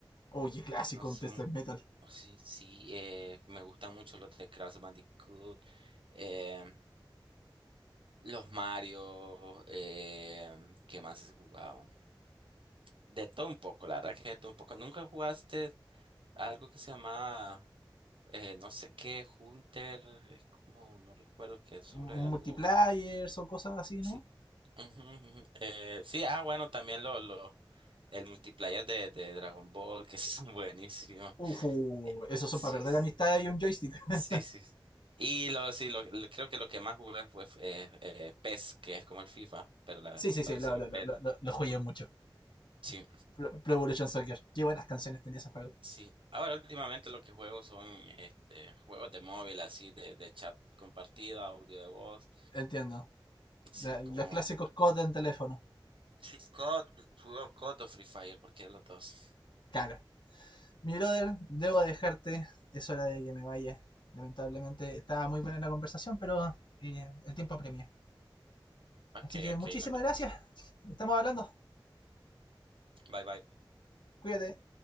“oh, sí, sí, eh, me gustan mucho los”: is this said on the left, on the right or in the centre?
Right